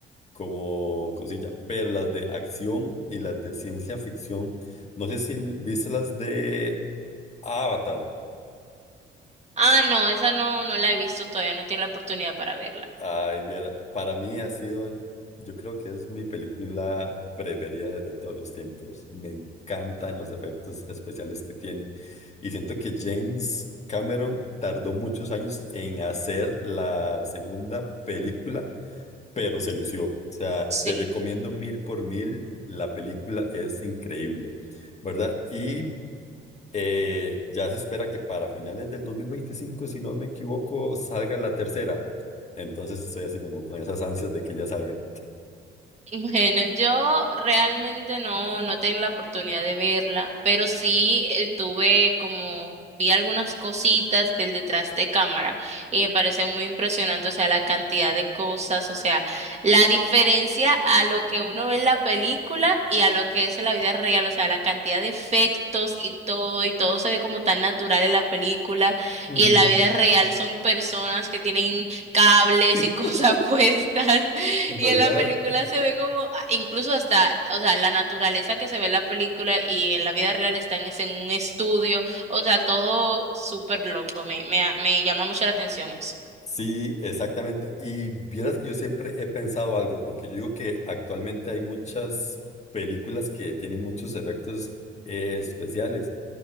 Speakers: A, on the left; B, on the right.
A: como cosilla. Pero las de acción y las de ciencia ficción, no sé si viste las de Avatar.
B: Ah, no, esa no, no la he visto todavía, no he tenido la oportunidad para verla.
A: Ay, viera, para mí ha sido, yo creo que es mi película preferida de todos los tiempos. Me encantan los efectos especiales que tiene. Y siento que James Cameron tardó muchos años en hacer la segunda película, pero se lució. O sea,
B: Sí.
A: te recomiendo mil por mil. La película es increíble, ¿verdad? Y eh, ya se espera que para finales del 2025, si no me equivoco, salga la tercera. Entonces estoy así como con esas ansias de que ya salga.
B: Bueno, yo realmente no, no tengo la oportunidad de verla, pero sí eh, tuve como, vi algunas cositas del detrás de cámara y me parece muy impresionante, o sea, la cantidad de cosas, o sea, la diferencia a lo que uno ve en la película y a lo que es en la vida real, o sea, la cantidad de efectos y todo, y todo se ve como tan natural en la película
A: Ujú.
B: y en la vida real son personas que tienen cables
A: <laughs>
B: y cosas <laughs> puestas.
A: ¿Verdad?
B: Y en la película se ve como, ah, incluso hasta, o sea, la naturaleza que se ve en la película y en la vida real están es en un estudio, o sea, todo súper loco, me, me, ha- me llama mucho la atención eso.
A: Sí, exactamente. Y vieras que yo siempre he pensado algo, porque yo digo que actualmente hay muchas películas que tienen muchos efectos eh, especiales.